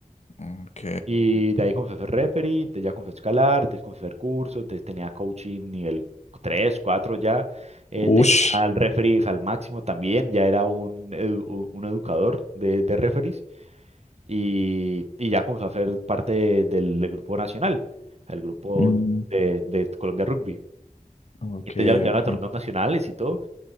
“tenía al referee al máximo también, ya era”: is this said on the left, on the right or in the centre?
Right